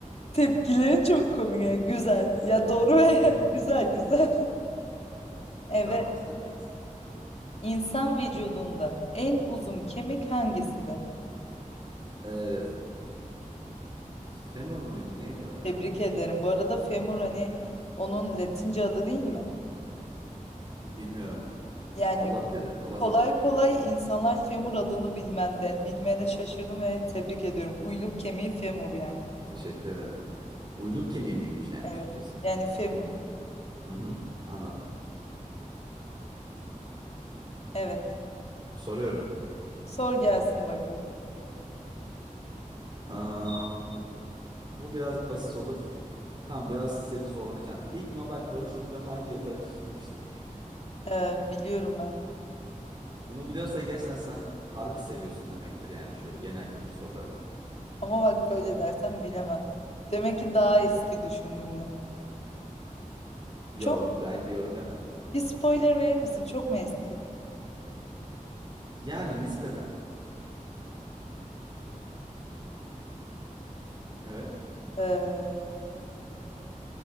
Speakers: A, on the left; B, on the right.
A: Tepkilerin çok komik. yani Güzel. Ya
B: <laughs>
A: doğru ve <laughs> güzel güzel. Evet.
B: Tamam, sendeyiz.
A: İnsan vücudunda en uzun kemik hangisidir?
B: Ee, F- Femur muydu? Neydi o ya?
A: Tebrik ederim. Bu arada femur hani onun Latince adı değil mi?
B: Bilmiyorum.
A: Yani
B: Olabilir, olabilir.
A: kolay kolay insanlar femur adını bilmez. Yani bilmeyene şaşırdım ve tebrik ediyorum. Uyluk kemiği femur yani.
B: Teşekkür ederim. Uyluk kemiği miymiş yani
A: Evet.
B: Türkçesi?
A: Yani femur.
B: Hı hı, Hı hı, anladım.
A: Evet.
B: Soruyorum.
A: Sor gelsin bakalım.
B: Aa, bu biraz basit olur. Tamam, biraz seni zorlayacağım. İlk Nobel Barış Ödülü hangi yılda verilmiştir?
A: Ee, biliyorum ben bunu.
B: Bunu biliyorsan gerçekten sen harbi seviyorsun demektir yani şu genel kültür sorularını.
A: Ama bak böyle dersem bilemem. Demek ki daha eski düşündüğümden.
B: Yo
A: Çok
B: ben bir yorum yapmadım.
A: bir spoiler verir misin? Çok mu eski?
B: Yani nispeten. Evet.
A: Ee,